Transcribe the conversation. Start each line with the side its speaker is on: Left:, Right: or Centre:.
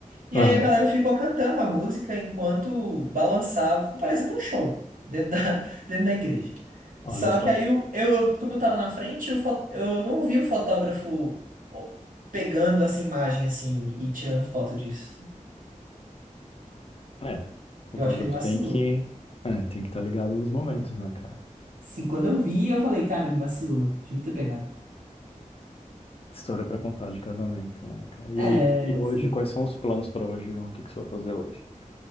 Right: E
Left: Aham,
Right: aí a galera ficou cantando a música enquanto balançava, ficou parecendo um show dentro da, <laughs> dentro da igreja.
Left: olha
Right: Só
Left: só.
Right: que aí eu, eu, como eu tava na frente, eu, eu não vi o fotógrafo ó, pegando essa imagem assim e tirando foto disso.
Left: É, fotógrafo
Right: Eu acho que ele vacilou.
Left: tem que, é, tem que estar ligado nos momentos, né, cara?
Right: Sim, quando eu vi, eu falei, cara, ele vacilou. Devia ter pegado.
Left: História pra contar de casamento, né, cara? E
Right: É,
Left: aí, e hoje,
Right: sim.
Left: quais são os planos pra hoje, João? O que que você vai fazer hoje?